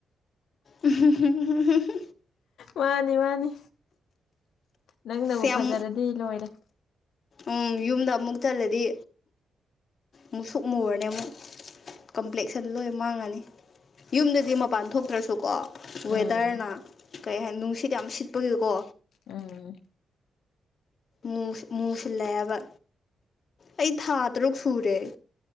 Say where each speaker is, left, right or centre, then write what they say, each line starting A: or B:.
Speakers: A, on the left; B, on the left.
A: ꯎꯝ ꯍꯨꯝ ꯍꯨꯝ
B: ꯃꯥꯅꯤ ꯃꯥꯅꯤ ꯅꯪꯅꯕꯨ
A: ꯁꯤ ꯌꯥꯝ
B: ꯐꯖꯔꯗꯤ ꯂꯣꯏꯔꯦ
A: ꯎꯝ ꯌꯨꯝꯗ ꯑꯃꯨꯛ ꯆꯠꯂꯗꯤ ꯃꯨꯁꯨꯛ ꯃꯨꯔꯅꯦ ꯑꯃꯨꯛ ꯀꯝꯄ꯭ꯂꯦꯛꯁ ꯑꯗꯨꯟ ꯂꯣꯏ ꯃꯥꯡꯉꯅꯤ ꯌꯨꯝꯗꯗꯤ ꯃꯄꯥꯟ ꯊꯣꯛꯇ꯭ꯔꯁꯨꯀꯣ ꯋꯦꯗꯔꯅ
B: ꯎꯝ
A: ꯀꯩ ꯍꯥꯏꯅꯤ ꯅꯨꯡꯁꯤꯠ ꯌꯥꯝ ꯁꯤꯠꯄꯒꯤꯀꯣ
B: ꯎꯝ
A: ꯃꯨꯁꯤ ꯃꯨꯁꯤꯜꯂꯛꯑꯦꯕ ꯑꯩ ꯊꯥ ꯇꯔꯨꯛ ꯁꯨꯔꯦ